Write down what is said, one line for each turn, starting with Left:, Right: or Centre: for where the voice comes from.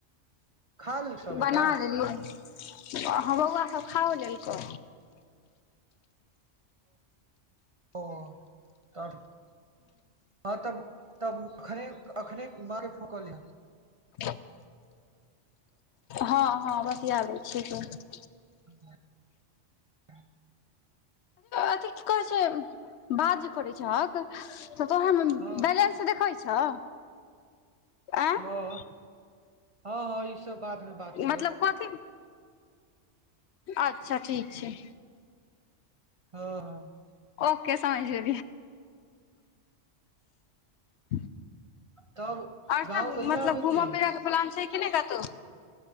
Right: खा लेल सबगोटा
Left: बना लेलियै बौआ सब खा लेल को
Right: ओ तब हँ तब तब अखने अखने माँ के फो क ले
Left: हँ <inaudible> हँ हँ बतिया लै छियै त
Right: <inaudible> <inaudible>
Left: अथ की कहै छै बात जे करै छहक तो बैलेंस
Right: हँ
Left: त देखैत छौ आँय
Right: हँ हँ हँ ई सब बादमे बात करब
Left: मतलब कथी अच्छा ठीक छै
Right: हँ हँ
Left: ओके समझिया <unintelligible>
Right: तब
Left: और
Right: गाँव
Left: सब
Right: कहिया
Left: मतलब
Right: एबै
Left: घूम
Right: की
Left: फिर के प्लान छै कि ने कतो